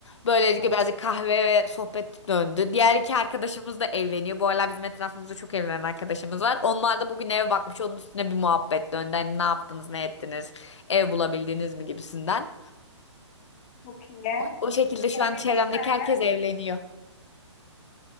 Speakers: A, on the left; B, on the left.
A: Böylelikle
B: Evet.
A: birazcık kahve ve sohbet döndü. Diğer iki arkadaşımız da evleniyor. Bu aralar bizim etrafımızda çok evlenen arkadaşımız var. Onlar da bugün eve bakmış. Onun üstüne bir muhabbet döndü. Hani ne yaptınız, ne ettiniz, ev bulabildiniz mi gibisinden.
B: Çok iyi.
A: O şekilde şu
B: Bulabilmişler
A: an çevremdeki herkes
B: mi?
A: evleniyor.